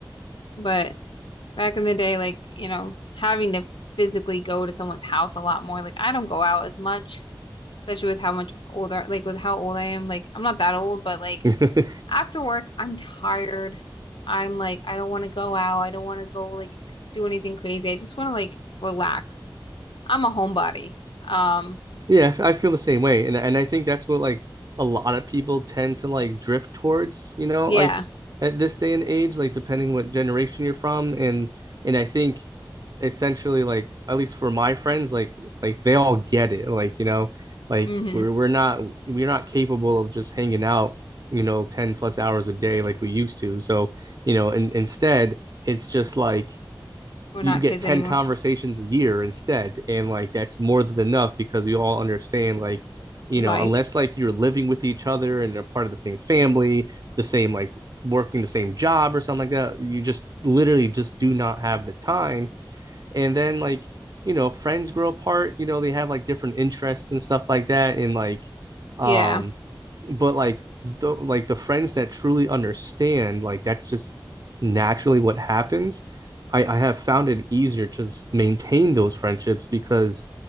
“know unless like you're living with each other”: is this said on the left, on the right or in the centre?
Right